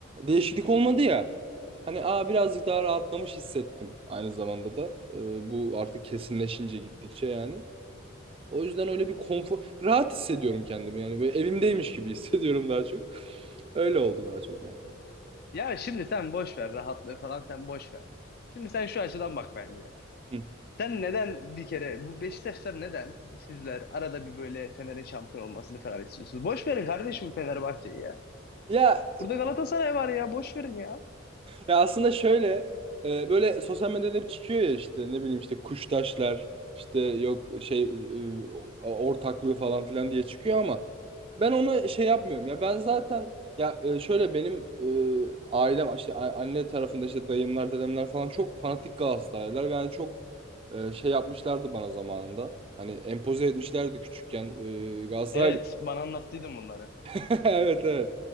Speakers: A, on the right (about 30°); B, on the left (about 50°).
A: değişiklik olmadı ya. Hani aa birazcık daha rahatlamış hissettim aynı zamanda da. Ee, bu artık kesinleşince gittikçe yani. O yüzden öyle bir konfor rahat hissediyorum kendimi yani böyle evimdeymiş gibi <laughs> hissediyorum daha çok. Öyle oldu daha çok yani.
B: Ya şimdi sen boş ver rahatlığı falan sen boş ver. Şimdi sen şu açıdan bak bence.
A: Hı.
B: Sen neden bir kere bu Beşiktaşlar neden sizler arada bir böyle Fener'in şampiyon olmasını falan istiyorsunuz? Boş verin kardeşim Fenerbahçe'yi ya.
A: Ya
B: Burada Galatasaray var ya boş verin ya.
A: Ya aslında şöyle e, böyle sosyal medyada hep çıkıyor ya işte ne bileyim işte kuştaşlar işte yok şey e, ortaklığı falan filan diye çıkıyor ama ben onu şey yapmıyorum ya ben zaten ya e, şöyle benim e, ailem işte a- anne tarafında işte dayımlar dedemler falan çok fanatik Galatasaraylılar ve yani çok e, şey yapmışlardı bana zamanında. Hani empoze etmişlerdi küçükken e, Galatasaraylı
B: Evet bana anlattıydın bunları.
A: <laughs> Evet evet.